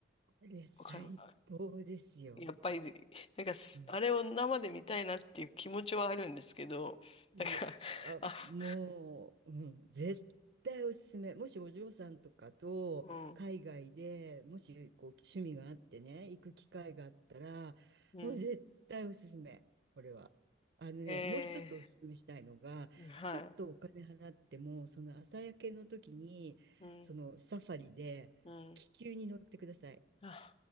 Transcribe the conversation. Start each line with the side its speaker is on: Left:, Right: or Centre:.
Right: <laughs> え最高ですよ
Left: わかる。やっぱり、<laughs> なんかす、
Right: うん
Left: あれを生で見たいなっていう気持ちはあるんですけど、<laughs>
Right: いや、
Left: だから、<laughs>
Right: あ、
Left: あ、ふ
Right: もう、うん、絶対おすすめ。もしお嬢さんとかと海外でもしこう趣味があってね、
Left: うん、
Right: 行く機会があったら、
Left: うん、
Right: もう絶対おすすめ、これは。あのね、
Left: え
Right: もう一つおすすめしたいのが、
Left: ー、はい、
Right: ちょっとお金払っても、その朝焼けの時に、
Left: うん、
Right: そのサファリで気球に乗ってください。
Left: うん、あ、